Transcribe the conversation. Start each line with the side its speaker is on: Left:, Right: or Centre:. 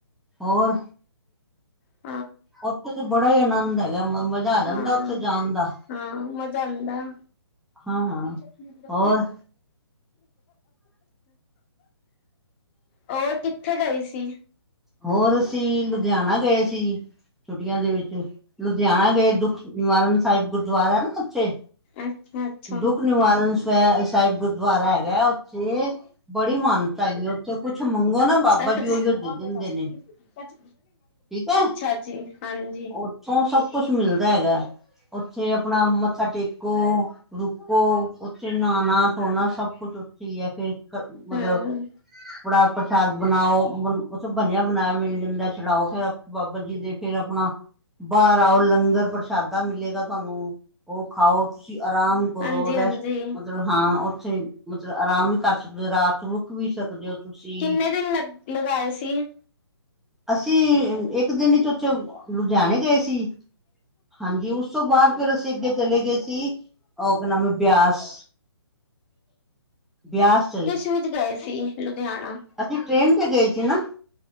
Centre: ਹੋਰ
Left: ਹੋ
Centre: ਉੱਥੇ ਤਾਂ ਬੜਾ ਹੀ ਆਨੰਦ ਹੈਗਾ ਮਜ਼ਾ
Left: ਹਾਂ-ਹਾਂ-ਹਾਂ
Centre: ਆ ਜਾਂਦਾ। ਉੱਥੇ ਜਾਣ ਦਾ
Left: ਮਜ਼ਾ ਆਉਂਦਾ
Centre: ਹਾਂ
Left: ਚਨੀ
Centre: ਹੋਰ
Left: ਹੋਰ ਕਿੱਥੇ ਗਏ ਸੀ?
Centre: ਹੋਰ ਅਸੀਂ ਲੁਧਿਆਣਾ ਗਏ ਸੀ। ਛੁੱਟੀਆਂ ਦੇ ਵਿੱਚ ਲੁਧਿਆਣਾ ਗਏ। ਦੁੱਖ ਨਿਵਾਰਨ ਸਾਹਿਬ ਗੁਰਦੁਆਰਾ ਹੈ। ਨਾ ਉੱਥੇ
Left: ਅੱਛਾ-ਅੱਛਾ-ਅੱਛਾ
Centre: ਦੁੱਖ ਨਿਵਾਰਨ ਸਵੈ ਸਾਹਿਬ ਗੁਰਦੁਆਰਾ ਹੈਗਾ ਉੱਥੇ, ਬੜੀ ਮਾਨਤਾ ਹੈਗੀ ਉੱਥੇ ਕੁੱਛ ਮੰਗੋ ਨਾ
Left: ਅੱਛਾ
Centre: ਬਾਬਾ
Left: ਅੱਛਾ
Centre: ਜੀ
Left: ਅੱਛਾ
Centre: ਉਹੀਓ ਦੇ ਦਿੰਦੇ ਨੇ। ਠੀਕ ਆ
Left: ਜੀ ਹਾਂਜੀ
Centre: ਓਥੋਂ ਸਭ ਕੁਛ ਮਿਲਦਾ ਹੈਗਾ। ਉੱਥੇ ਆਪਣਾ ਮੱਥਾ ਟੇਕੋ, ਰੁਕੋ ਉੱਥੇ ਨਹਾਣਾ -ਧੋਣਾ ਸਭ ਕੁਛ ਉੱਥੇ ਹੀ ਏ। ਫੇਰ
Left: ਹੂੰ-ਹੂੰ
Centre: ਮਤਲਬ ਕੜਾ ਪ੍ਰਸ਼ਾਦ ਬਣਾਓ ਬ ਉੱਥੇ ਬਣਿਆ ਬਣਾਇਆ ਮਿਲ ਜਾਂਦਾ ਚਲਾਓ ਫਿਰ ਬਾਬਾ ਜੀ ਦੇ ਫੇਰ ਆਪਣਾ ਬਾਹਰ ਆਓ ਲੰਗਰ ਪ੍ਰਸ਼ਾਦਾ ਮਿਲੇਗਾ ਤੁਹਾਨੂੰ। ਉਹ ਖਾਓ ਤੁਸੀਂ ਆਰਾਮ ਕਰੋ
Left: ਹਾਂਜੀ-ਹਾਂਜੀ
Centre: ਰੈਸਟ ਮਤਲਬ ਹਾਂ ਉੱਥੇ ਮਤਲਬ ਆਰਾਮ ਕਰ ਸਕਦੇ ਹੋ ਰਾਤ ਰੁਕ ਵੀ ਸਕਦੇ ਹੋ। ਤੁਸੀਂ
Left: ਕਿੰਨੇ ਦਿਨ ਲਗ ਲਗਾਏ ਸੀ?
Centre: ਅਸੀਂ ਇੱਕ ਦਿਨ ਚ ਉਥੇ ਲੁਧਿਆਣੇ ਗਏ ਸੀ। ਹਾਂਜੀ ਉਸ ਉਸ ਤੋਂ ਬਾਅਦ ਫਿਰ ਅਸੀਂ ਅੱਗੇ ਚਲੇ ਗਏ ਸੀ ਉਹ ਕ ਨਾਮ ਹੈ ਬਿਆਸ। ਬਿਆਸ
Left: ਕਿਸ ਵਿੱਚ ਗਏ ਸੀ ਲੁਧਿਆਣਾ?
Centre: ਅੱਛੀ ਟ੍ਰੇਨ ਤੇ ਗਏ ਸੀ ਨਾ